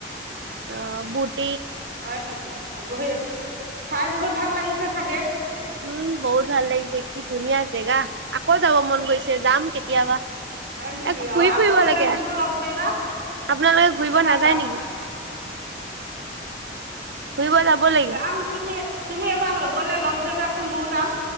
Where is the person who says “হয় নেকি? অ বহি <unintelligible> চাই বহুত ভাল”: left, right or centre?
Right